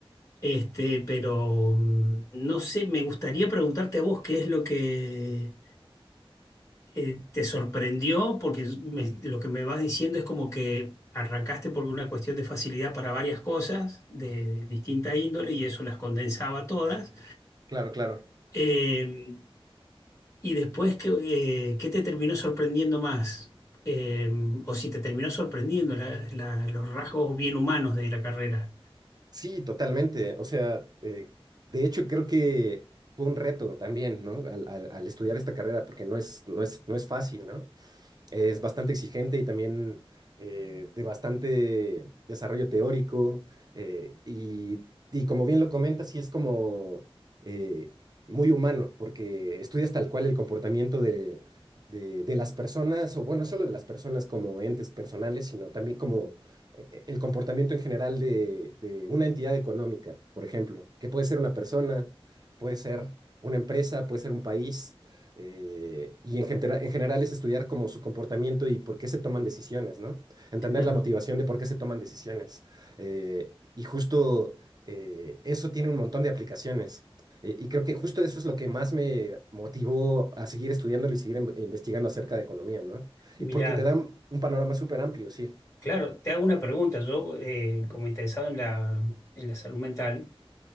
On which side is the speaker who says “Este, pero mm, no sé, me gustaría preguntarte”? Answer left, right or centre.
Left